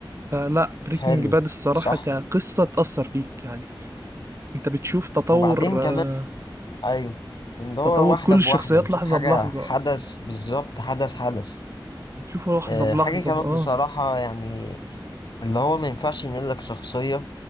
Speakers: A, on the right; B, on the left.
A: فلا بريكنج
B: حلو
A: باد الصراحه
B: صح
A: كقصه تاثر فيك يعني انت بتشوف تطور
B: وبعدين كمان
A: آه،
B: ايوه اللي هو
A: تطور
B: واحده
A: كل الشخصيات
B: بواحده بتشوف
A: لحظه
B: حاجه
A: بلحظه
B: حدث بالظبط حدث حدث
A: بتشوفه لحظه
B: آه،
A: بلحظه
B: حاجه كمان
A: اه
B: بصراحه يعني اللي هو ما ينفعش ينقلك شخصيه